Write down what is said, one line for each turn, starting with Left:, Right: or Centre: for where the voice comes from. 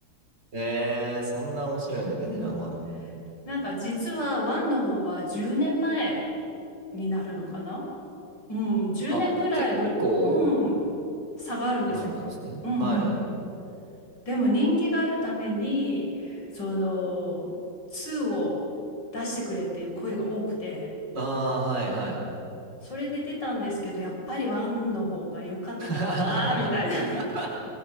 Right: ええー、そんな面白いんだ、ベテランワンも。
Left: うんなんか実は1の方は10年前になるのかなうん、10年ぐらいぶ、
Right: あ、結構
Left: うん、差があるんですよ。
Right: 前なんですね。
Left: うんうんうん。
Right: はい。
Left: でも人気があるために、その、2を出してくれっていう声が多くて、
Right: ああ、はい、はい。
Left: それで出たんですけど、やっぱり1の方が良かったかな、
Right: <laughs>
Left: みたいな。